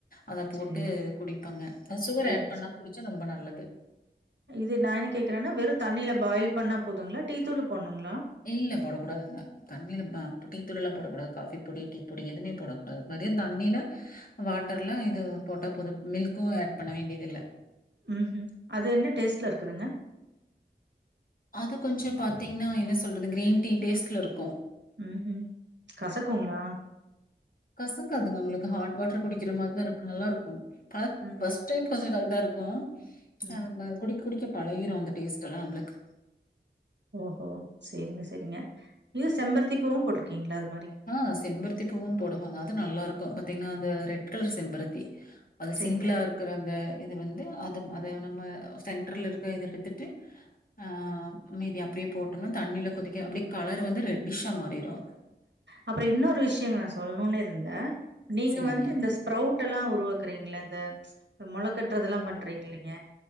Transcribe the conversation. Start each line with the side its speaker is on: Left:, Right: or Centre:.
Left: அத போட்டு
Right: சரிங்க
Left: குடிப்பாங்க சுகர்
Right: சரிங்க
Left: ஆட் பண்ணாம
Right: ச
Left: குடிச்சா ரொம்ப நல்லது
Right: இது நான் என்ன கேக்குறேன்னா வெறும் தண்ணியில பாயில் பண்ணா போதுங்களா டீ தூள் போண்ணுங்களா
Left: இல்ல போடக்கூடாதுங்க தண்ணில ஆ டீ தூள் எல்லாம் போடக்கூடாது காஃபி பொடி டீ பொடி எதுவுமே போடக்கூடாது வெறு தண்ணில வாட்டர்ல இது போட்டா பொது மில்க்கும் ஆட் பண்ண வேண்டியதில்ல
Right: ம் ஹூம் அது என்ன டேஸ்ட்ல இருக்குதுங்க
Left: அது கொஞ்சம் பாத்தீங்கன்னா என்ன சொல்றது கிரீன் டீ டேஸ்ட்ல இருக்கோ
Right: ம் ஹூம் கசக்குங்களா
Left: கசங்காதுங்க உங்களுக்கு ஹாட் வாட்டர் குடிக்கிற மாதிரிதான் இருக்கும் நல்லா இருக்கோ ஆ
Right: ம்
Left: ஃபர்ஸ்ட் டைம் கொஞ்சம் க்ரௌட்டா இருக்கோ ஆ
Right: ம்.
Left: நம்ப குடிக்க குடிக்க பழகிரும் அந்த டேஸ்ட் எல்லாம் நம்புளுக்கு
Right: ஓஹோ செரிங்க செரிங்க இது செம்பருத்திப்பூவும் போட்ருக்கீங்களா அதுக்
Left: ஆ செம்பருத்தி பூவும் போடுவங்க நல்லாருக்கு பத்தீங்ன்னா அந்த ரெட் கலர் செம்பருத்தி அது
Right: சரிங்க.
Left: சிங்குளா இருக்குற அந்த இது வந்து அதும்
Right: ம்.
Left: அதேவ் நம்ம சென்ட்ருல் இரு வேக இத எடுத்துட்டு ஆ மீதி அப்பிடியே போட்டுன்னோ தண்ணில கொதிக்க அப்பிடியே கலரு வந்து ரெட்டிஸ்ஷா மாறு டீரோ
Right: அப்பற இன்னொரு விஷ்யங்க நா சொல்னுன் இருந்த நீங்க
Left: சரிங்க.
Right: வந்து இந்த ஸ்பரவுட் எல்லா உருவாக்குறீங்ளந் த மொள கட்றதெல்லா பண்றீங் இல்லிங்க